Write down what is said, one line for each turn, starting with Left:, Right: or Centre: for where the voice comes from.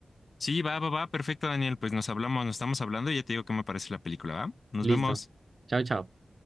Left: Sí, va, va, va, perfecto, Daniel. Pues nos hablamos, nos estamos hablando y ya te digo qué me parece la película, ¿va? Nos
Right: Listo.
Left: vemos.
Right: Chao, chao.